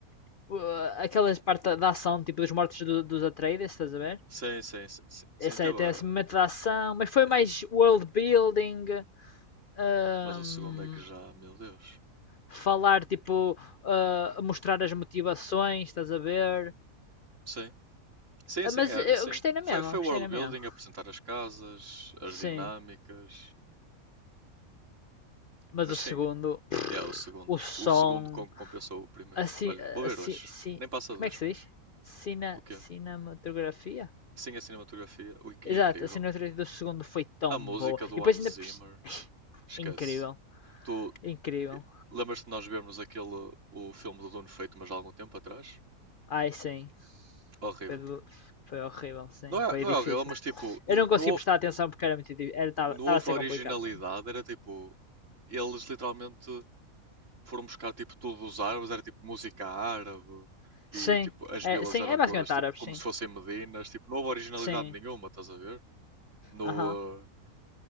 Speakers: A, on the left (about 60°); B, on the right (about 60°).
A: uh, aquelas partes da ação, tipo dos mortos do, dos Atreides, estás a ver?
B: Sim, sim, sim, sim, sim,
A: Esse
B: teve
A: aí tem
B: a-
A: esse momento da ação, mas foi
B: yeah.
A: mais world building, um,
B: Mas o segundo é que já, meu Deus.
A: falar, tipo, ah, mostrar as motivações, estás a ver?
B: Sim. Sim,
A: Ah,
B: sim,
A: Mas
B: era,
A: eu
B: sim.
A: gostei na
B: Foi,
A: mesma,
B: foi
A: gostei
B: world
A: na
B: building,
A: mesma.
B: apresentar as casas, as
A: Sim.
B: dinâmicas.
A: Mas
B: Mas
A: o
B: sim,
A: segundo,
B: Yeah, o segundo.
A: o som,
B: O segundo com- compensou o primeiro.
A: assim,
B: Olha, vou ver
A: assim,
B: hoje.
A: sim,
B: Nem passa
A: como
B: dois,
A: é que se
B: Pedro.
A: diz? Cina,
B: O quê?
A: cinematografia?
B: Sim, a cinematografia. O in- é
A: Exato,
B: incrível.
A: a cinematografia do segundo foi tão
B: A música
A: boa.
B: do
A: E depois
B: Hans
A: ainda.
B: Zimmer.
A: <laughs>
B: Esquece.
A: Incrível,
B: Tu
A: incrível.
B: eh, lembras-te de nós vermos aquele o filme do Dono Feito, mas há algum tempo atrás?
A: Ai sim,
B: Horrível.
A: foi, do- foi horrível, sim,
B: Não é,
A: foi
B: não é
A: difícil.
B: horrível, mas tipo, n-
A: Eu não
B: não,
A: consegui prestar atenção porque era muito difícil, estava
B: não houve
A: a ser
B: originalidade.
A: complicado para mim.
B: Era tipo, eles literalmente foram buscar tipo tudo dos árabes, era tipo música árabe e
A: Sim,
B: tipo as
A: é,
B: vilas
A: sim,
B: eram
A: é basicamente
B: todas tipo
A: árabes,
B: como
A: sim.
B: se fossem Medinas, tipo não houve originalidade
A: Sim,
B: nenhuma, estás a ver? No,
A: aham.
B: uh,